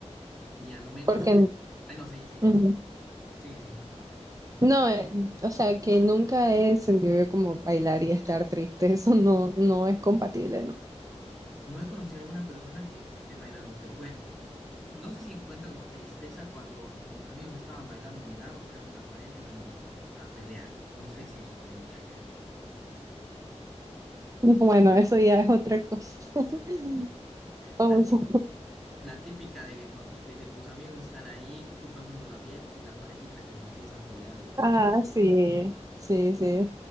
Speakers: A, in the centre; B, on the right.
A: Y a lo menos...
B: Porque
A: Ay, no, seguí, seguí,
B: ujú.
A: perdón. Sigue, sigue.
B: no, eh, o sea, que nunca he sentido yo como bailar y estar triste. <laughs> Eso no, no es compatible, ¿no?
A: No he conocido a alguna persona que, que esté bailando tri- Bueno, no sé si cuenta como tristeza cuando mis amigos estaban bailando a mi lado, que eran una pareja y se han empezado a, pa- a pelear. No sé si eso cuenta.
B: Bueno, eso ya es otra cosa. <laughs> O
A: La, tip-
B: sea,
A: la típica de que, cua- de que tus amigos están ahí, tú pasándola bien y la parejita que se empieza a pelear, ¿verdad?
B: ah, sí, sí, sí.